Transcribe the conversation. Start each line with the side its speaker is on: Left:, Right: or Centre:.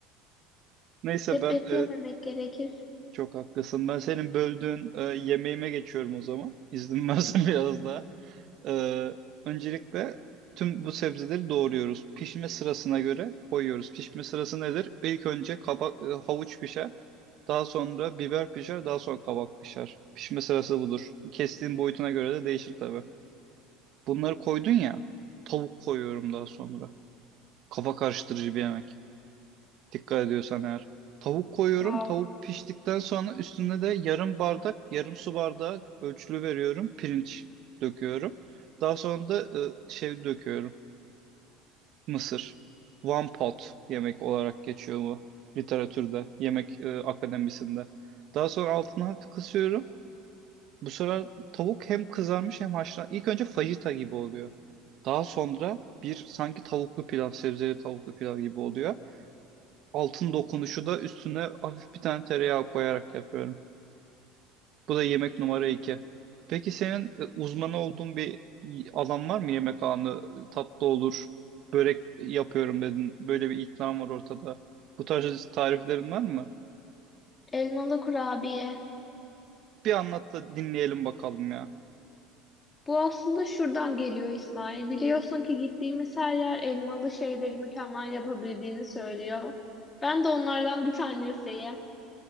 Right: Neyse
Left: Hep
Right: ben
Left: et
Right: e,
Left: yememek gerekir.
Right: Çok haklısın. Ben senin böldüğün e, yemeğime geçiyorum o zaman. İzin versen <laughs> biraz daha. E, öncelikle tüm bu sebzeleri doğruyoruz. Pişme sırasına göre koyuyoruz. Pişme sırası nedir? İlk önce kabak, e, havuç pişer. Daha sonra biber pişer. Daha sonra kabak pişer. Pişme sırası budur. Kestiğin boyutuna göre de değişir tabii. Bunları koydun ya. Tavuk koyuyorum daha sonra. Kafa karıştırıcı bir yemek. Dikkat ediyorsan eğer. Tavuk koyuyorum.
Left: Wow.
Right: Tavuk piştikten sonra üstüne de yarım bardak, yarım su bardağı ölçülü veriyorum. Pirinç döküyorum. Daha sonra da e, şey döküyorum. Mısır. One pot yemek olarak geçiyor bu literatürde, yemek e, akademisinde. Daha sonra altını hafif kısıyorum. Bu sefer tavuk hem kızarmış hem haşlan. İlk önce fajita gibi oluyor. Daha sonra bir sanki tavuklu pilav, sebzeli tavuklu pilav gibi oluyor. Altın dokunuşu da üstüne hafif bir tane tereyağı koyarak yapıyorum. Bu da yemek numara iki. Peki senin e, uzmanı olduğun bir alan var mı? Yemek alanı tatlı olur, börek yapıyorum dedin. Böyle bir iddian var ortada. Bu tarz tariflerin var mı?
Left: Elmalı kurabiye.
Right: Bir anlat da dinleyelim bakalım ya.
Left: Bu aslında şuradan geliyor İsmail. Biliyorsun ki gittiğimiz her yer elmalı şeyleri mükemmel yapabildiğini söylüyor. Ben de onlardan bir tanesiyim.